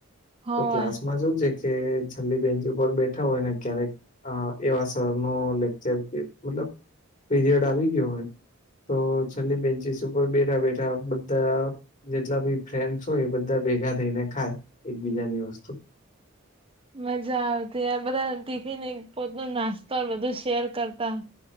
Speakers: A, on the right; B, on the left.
A: હોવે
B: તો ક્લાસમાં જોું કે છેલ્લી બેન્ચ ઉપર બેઠા હોય ને ક્યારેક અ એવા સર નો લેક્ચર કે મતલબ પીરિયડ આવી ગયો હોય તો છેલ્લી બેન્ચિસ ઉપર બેઠા બેઠા બધા જેટલા ભી ફ્રેન્ડસ હોય એ બધા ભેગા થઈને ખાય એકબીજાની વસ્તુ
A: મજા આવતી બધા ટિફિન પોત ન નાસ્તો બધું શેર કરતા